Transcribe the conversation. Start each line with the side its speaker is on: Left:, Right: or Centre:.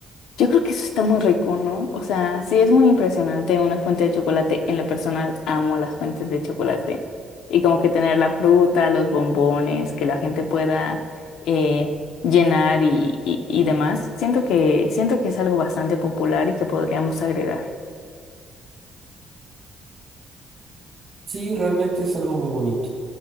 Left: Yo creo que eso está muy rico, ¿no? O sea, sí es muy impresionante una fuente de chocolate. En lo personal, amo las fuentes de chocolate. Y como que tener la fruta, los bombones, que la gente pueda eh, llenar y, y, y demás. Siento que, siento que es algo bastante popular y que podríamos agregar.
Right: Sí, realmente es algo muy bonito.